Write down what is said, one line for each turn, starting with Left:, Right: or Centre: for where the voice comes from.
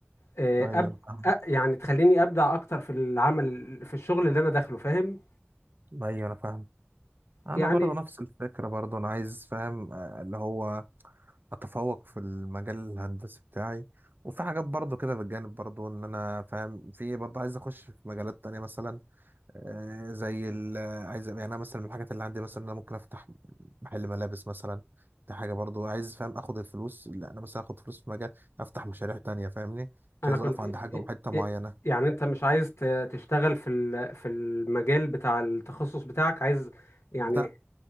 Left: آه،
Right: ايوه
Left: أب...
Right: انا فاهمك
Left: أ- يعني تخليني ابدع اكتر في العمل في الشغل اللي انا داخله فاهم
Right: ايوه انا فاهم انا
Left: يعني
Right: برضو نفس الفكرة برضو انا عايز فاهم آه، اللي هو اتفوق في المجال الهندسي بتاعي وفي حاجات برضو كده بالجانب برضو ان انا فاهم في برضو عايز اخش في مجالات تانية مثلا آه، زي ال عايز يعني انا مثلا من الحاجات اللي عندي مثلا إن انا ممكن افتح محل ملابس مثلا دي حاجة برضو عايز فاهم اخد الفلوس اللي انا مثلا اخد فلوس في مجال افتح مشاريع تانية فاهمني مش
Left: انا
Right: عايز
Left: كنت
Right: اقف عند حاجة
Left: إ-
Right: حتة معينة
Left: إ- يعني انت مش عايز ت- تشتغل في ال- في المجال بتاع التخصص بتاعك عايز يعني
Right: لا